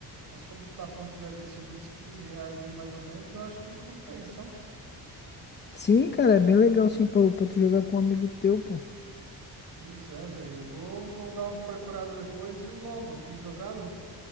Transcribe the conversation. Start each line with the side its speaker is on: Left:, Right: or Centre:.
Right: Mas como tu tá falando que deve ter sido uns 15 reais aí, mais ou menos, eu acho que compensa, ó.
Left: Sim, cara, é bem legal, sim, pra, pra tu jogar com um amigo teu, pô.
Right: Pois é, velho. Eu vou, vou dar uma procurada depois. E o LoL, mano, tem jogado?